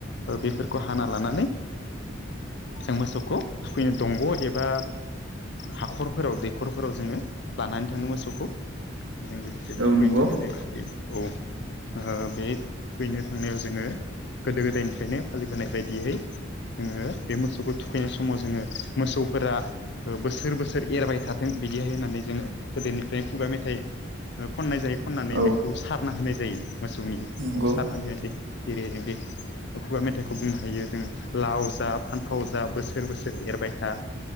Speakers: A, on the left; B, on the right.
A: ओ बेफोरखौ हाना लानानै जों मोसौखौ थोखैनो दंग' एबा हाखरफोराव दैखरफोराव जोङो लानानै थाङो मोसौखौ बेजों लोगोसे
B: औ
A: थुखैहैनानै
B: नंगौ
A: औ ओ बे थोखैनो थांनायाव जोङो गोदो गोदायनिफ्रायनो फालिबोनाय बायदियै जोङो बे मोसौखौ थुखैनाय समाव जोङो मोसौफोरा बोसोर बोसोर एरबाय थाथों बिदिहाय होननानै जोङो गोदोनिफ्रायनो खुगा मेथाइ ओ खननाय जायो खननानै
B: औ
A: बेखौ सारना होनाय जायो मोसौनि बिखौङाव
B: नंगौ
A: सारनानै होनाय जायो जेरैहाय जों बे खुगा मेथाइखौ बुंनो हायो जोङो लाव जा फान्थाव जा बोसोर बोसोर एरबाय था